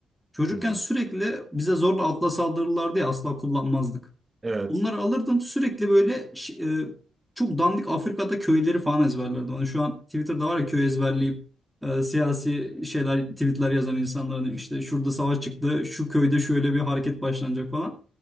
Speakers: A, in the centre; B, on the right.
A: Çocukken
B: Hı hı.
A: sürekli bize zorla atla saldırırlardı ya asla kullanmazdık.
B: Evet.
A: Bunları alırdım sürekli böyle ş- e, çok dandik Afrika'da köyleri falan ezberlerdim. Hani şu an Twitter'da var ya köy ezberleyip e, siyasi şeyler tweetler yazan insanların işte şurada savaş çıktı, şu köyde şöyle bir hareket başlanacak falan.